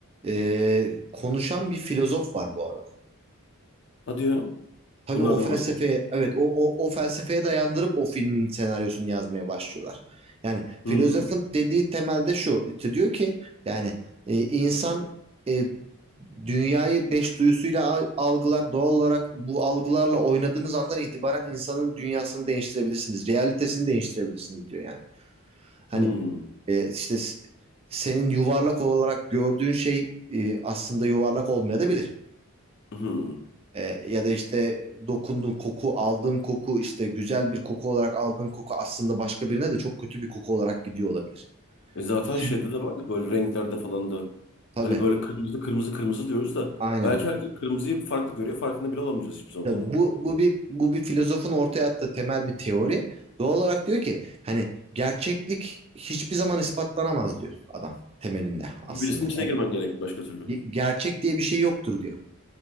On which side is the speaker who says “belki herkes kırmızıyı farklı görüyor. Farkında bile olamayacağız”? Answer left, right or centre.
Left